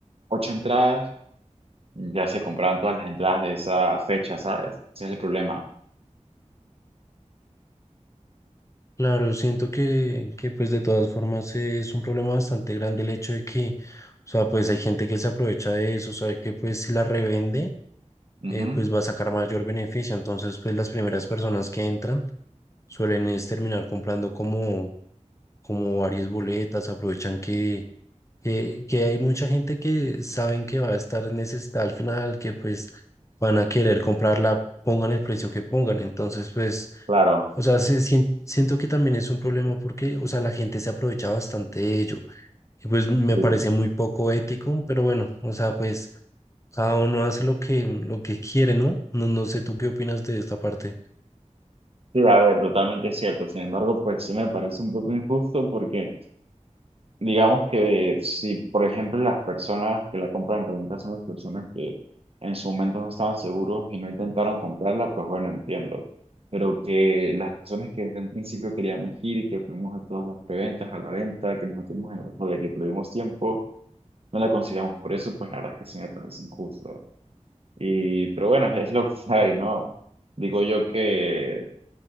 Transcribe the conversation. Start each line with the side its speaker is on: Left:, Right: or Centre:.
Right: ocho entradas, ya se compraron todas las entradas de esa fecha, ¿sabes? Ese es el problema.
Left: Claro, siento que, que pues de todas formas es un problema bastante grande el hecho de que, o sea, pues hay gente que se aprovecha de eso, sabe que pues si la revende,
Right: Ujú,
Left: eh, pues va a sacar mayor beneficio. Entonces, pues las primeras personas que entran suelen es terminar comprando como, como varias boletas, aprovechan que, que, que hay mucha gente que saben que va a estar necesitada al final, que pues van a querer comprarla, pongan el precio que pongan. Entonces, pues...
Right: Claro,
Left: O sea, se sien- siento que también es un problema porque, o sea, la gente se aprovecha bastante de ello. Y pues me
Right: sí.
Left: parece muy poco ético, pero bueno, o sea, pues cada uno hace lo que, lo que quiere, ¿no? No, no sé tú qué opinas de esta parte.
Right: Sí, a ver, totalmente es cierto. Sin embargo, pues sí me parece un poco injusto porque digamos que si, por ejemplo, las personas que la compran en reventa son las personas que en su momento no estaban seguros y no intentaron comprarla, pues bueno, entiendo. Pero que las personas que desde un principio queríamos ir y que fuimos a todas las preventas, a la venta, que nos metimos en la cola, que perdimos tiempo, no la consigamos. Por eso, pues la verdad es que sí me parece injusto. Y, pero bueno, es lo que hay, ¿no? Digo yo que